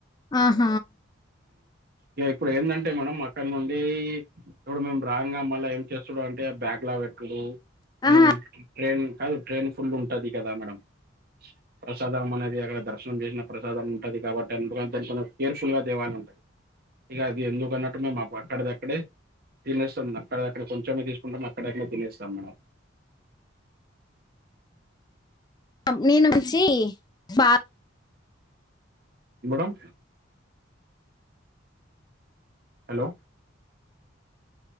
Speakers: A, on the left; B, on the right.
A: ఆహ
B: ఇగ ఇప్పుడు ఏందంటే మేడం అక్కడ నుండి ఇప్పుడు మేము రాంగా మళ్ళా ఏం చేస్తుడు అంటే బ్యాగ్లో ఎకుడు మనం
A: ఆహా!
B: ట్రైన్ కాదు ట్రైన్ ఫుల్ ఉంటది కదా మేడం.
A: అ
B: ప్రసాదం అనేది అక్కడ దర్శనం జేసిన ప్రసాదం ఉంటది కాబట్టి ఎందుకంటే కొంచెం కేర్ఫుల్ గా దేవాలని ఉంటది ఇగ అది ఎందుకు అన్నట్టు మేము మా అక్కడది అక్కడే తినేస్తాం అక్కడ దక్కడే కొంచెమే తీసుకుంటాం అక్కడక్కడే తినేస్తాం మెడం
A: న <unintelligible> నుంచిి పా
B: madam hello